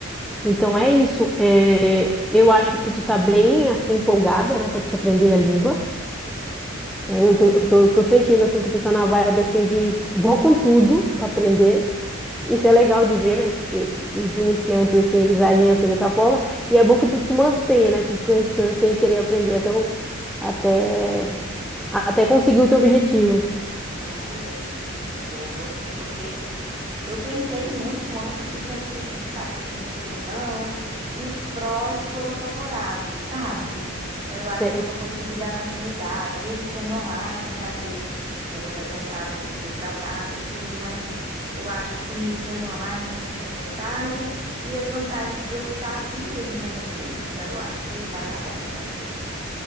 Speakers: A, in the centre; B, on the right.
A: Então é isso. É, eu acho que tu tá bem assim empolgada, né, pra te aprender a língua. Eu tô, eu tô, tô sentindo assim que tu tá na vibe assim de vou com tudo pra aprender. Isso é legal de ver, né? Porque os iniciantes, assim, eles agem assim dessa forma. E é bom que tu te mantenha, né? Com constância em querer aprender até, o- até, até conseguir o teu objetivo.
B: Ah, é. Vou, vou sim, porque. Eu pensei muito antes, né? Tipo assim, se fazia sentido ou não. E os prós foram favoráveis, <laughs> sabe? Então eu acho
A: Sei.
B: que eu vou conseguir dar continuidade, mesmo sendo online, né? Às vezes já vou estar cansado do, do trabalho e tudo, mas eu acho que sendo online já tem essa vantagem e as vantagens de eu estar afim mesmo de aprender. Então eu acho que vai dar bom, vai dar certo.